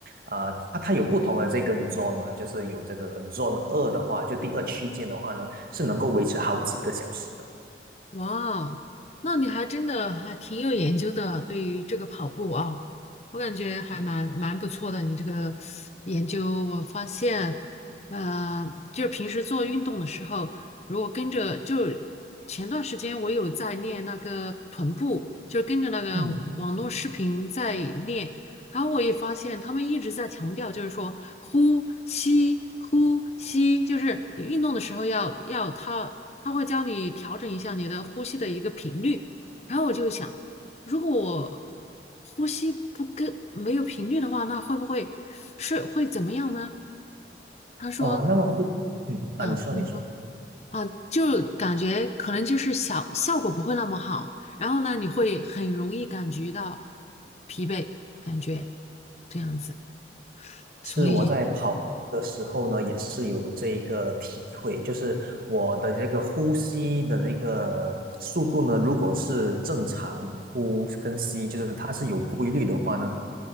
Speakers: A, on the right; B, on the left.
A: 呃，它它有不同的这个 zone 嘛，就是有这个 zone 二的话，就第二区间的话呢，是能够维持好几个小时的。
B: 哇，那你还真的还挺有研究的，对于这个跑步啊，我感觉还蛮蛮不错的。你这个研究，我发现，呃，就是平时做运动的时候，如果跟着，就前段时间我有在练那个臀部，就是跟着那个网络视频在练，
A: 嗯，
B: 然后我也发现他们一直在强调，就是说呼吸呼吸，就是你运动的时候要要它他会教你调整一下你的呼吸的一个频率。然后我就想，如果我呼吸不跟没有频率的话，那会不会是会怎么样呢？他说，
A: 哦，那么呼，嗯啊，
B: 嗯
A: 你说你说，
B: 啊，就感觉可能就是小，效果不会那么好。然后呢，你会很容易感觉到疲惫，感觉这样子。所以
A: 是我在跑步的时候呢，也是有这一个体会，就是我的这个呼吸的这个速度呢，如果是正常呼跟吸，就是它是有规律的话呢。